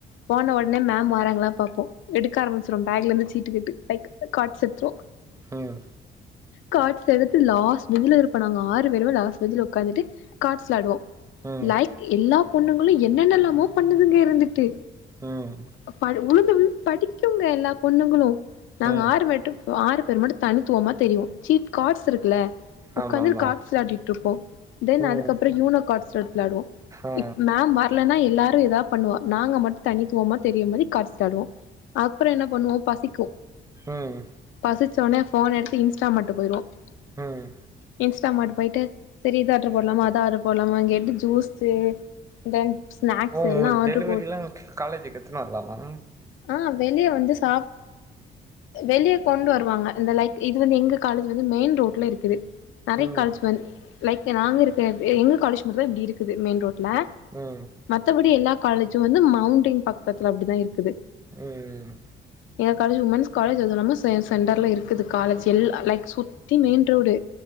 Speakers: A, on the left; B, on the right.
A: போன ஒட்னே மேம் வாறாங்களா பாப்போ எடுக்க ஆரம்பிச்சிடுவோ பேக்ல இருந்து சீட்டுக்கட்டு நெக் கால்ஸ் எடுத்துருவோ
B: ம்
A: கார்ஸ் எடுத்து லாஸ்ட் பெஞ்சில இருப்போ நாங்க ஆறு பேருமே லாஸ்ட் பெஞ்ல உக்காந்துட்டு காட்ஸ் வெளாடுவோ
B: ம் ம்
A: லைக் எல்லா பொண்ணுங்களு என்னென்னல்லாமோ பண்ணுதுங்க இருந்துட்டு
B: ம்
A: பாரு வுளுந்து விழுந்து படிக்குங்க எல்லா பொண்ணுங்களு நாங்க
B: ம்
A: ஆறு <unintelligible> ஆறு பேர் மட்டு தணித்துவமா தெரியுவோ சீட் காட்ஸ் இருக்குல உக்காந்து
B: ஆமாமா
A: கார்ட்ஸ் விளாடிட்டு இருப்போ தென்
B: ம்
A: அதுக்கப்றோ யூனா காட்ஸ் விளாடுவோ
B: ஆ
A: இப் மேம் வரலன்னா எல்லாரு ஏதாவது பண்ணுவா நாங்க மட்டு தனித்துவமா தெரியர மாதிரி காட்ஸ் வெளாடுவோ அப்றோ என்ன பண்ணுவோ பசிக்கு
B: ம்
A: பசிச்சோனே ஃபோன் எடுத்து இன்ஸ்டா மாட் போயிருவோ இன்ஸா
B: ம்
A: இன்ஸ்ட்டாமார்ட் போயிட்டு செரி இத ஆர்டர் போட்லாமா அத ஆர்டர் போட்லாமா கேட்டு ஜூஸு தென் ஸ்நாக்ஸ்
B: ஓ உங்களுக்கு
A: எல்லா ஆர்ரு
B: டெலிவரிலா
A: போட்
B: காலேஜுக்கு எத்துனு வரலாமா
A: ஆ வெளிய வந்து சாப்ட் வெளிய கொண்டு வருவாங்க இந்த லைக் இது வந்து எங்க காலேஜ் வந்து மெயின் ரோட்ல இருக்குது நெறைய
B: ம்
A: காலேஜ் வந்து லைக் நாங்க இருக்க எங்க காலேஜ் மட்டு தா இப்டி இருக்குது மெயின் ரோட்ல
B: ம்
A: மத்தபடி எல்லா காலேஜ்சு வந்து மவுண்டென் பக்கத்துல அப்டிதா இருக்குது
B: ம் ம்
A: எங்க காலேஜ் உமன்ஸ் காலேஜ் அது இல்லாம சென்டர்ல இருக் க்குது காலேஜ் எல்லா லைக் சுத்தி மெயின் ரோடு